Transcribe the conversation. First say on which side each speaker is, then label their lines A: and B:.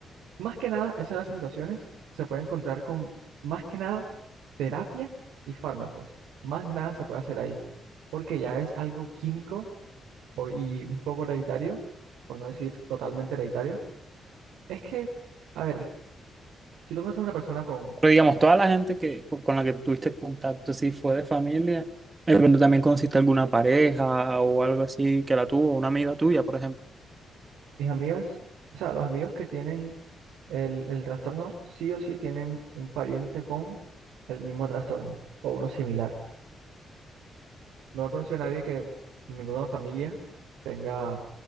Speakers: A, on the right; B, on the right.
A: más que nada, es en las situaciones se puede encontrar con, más que nada, terapia y fármacos. Más nada se puede hacer ahí, porque ya es algo químico o- y un poco hereditario, por no decir totalmente hereditario. Es que, a ver, si tú conoces a una persona con
B: Pero digamos, toda la gente que, con la que tuviste contacto, si fue de familia, de repente también conociste alguna pareja o algo así que la tuvo, una amiga tuya, por ejemplo.
A: mis amigas, o sea, los amigos que tienen el, el trastorno, sí o sí tienen un pariente con el mismo trastorno o uno similar. No he conocido a nadie que en ninguna familia tenga una